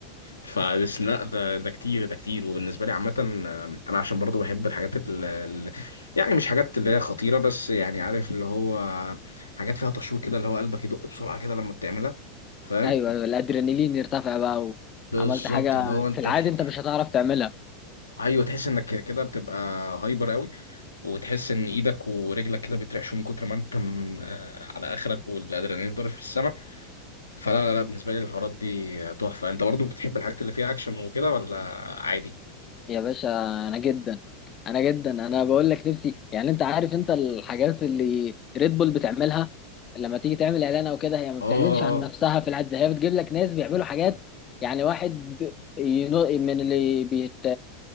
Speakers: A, on the left (about 80°); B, on the left (about 30°).
A: فبس لا ده ده كتير ده كتير وبالنسبه لي عامه انا عشان برضو بحب الحاجات اللي يعني مش حاجات اللي هي خطيره بس يعني عارف اللي هو حاجات فيها تشويق كده اللي هو قلبك يدق بسرعه كده لما بتعملها فاهم
B: ايوه ايوه الادرينالين يرتفع بقى
A: بالظبط
B: وعملت حاجه
A: اللي هو انت
B: في العادي
A: تح-
B: انت مش هتعرف تعملها
A: ايوه تحس انك كده بتبقى هايبر قوي وتحس ان ايدك ورجلك كده بيترعشوا من كتر ما انت م- آه، على اخرك والادرينالين ضارب في السماء فلا لا لا بالنسبه لي الحوارات دي تحفه انت برضو بتحب الحاجات اللي فيها اكشن وكده ولا عادي
B: يا باشا انا جدا انا جدا انا بقول لك نفسي يعني انت عارف انت الحاجات اللي ريد بول بتعملها لما تيجي تعمل اعلان او كده هي ما
A: اه
B: بتعلنش عن نفسها في العد هي بتجيب لك ناس بيعملوا حاجات يعني واحد ينو من اللي بيت